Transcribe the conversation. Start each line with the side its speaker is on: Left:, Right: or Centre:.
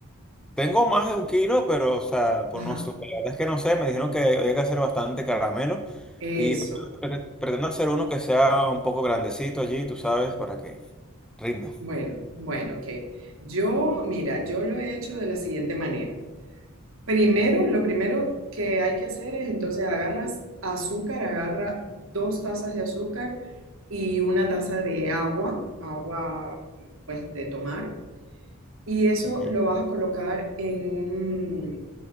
Centre: Tengo más de un kilo, pero, o sea, por
Right: Ajá,
Centre: no sé, la verdad es que no sé, me dijeron que había que hacer bastante caramelo
Right: eso.
Centre: y pre- pre- pretendo hacer uno que sea un poco grandecito allí, tú sabes, para que rinda.
Right: Bueno, bueno, ok. Yo, mira, yo lo he hecho de la siguiente manera. Primero, lo primero que hay que hacer es entonces agarras azúcar, agarra dos tazas de azúcar y una taza de agua, agua pues de tomar, y eso
Centre: Ujú.
Right: lo vas a colocar en, un-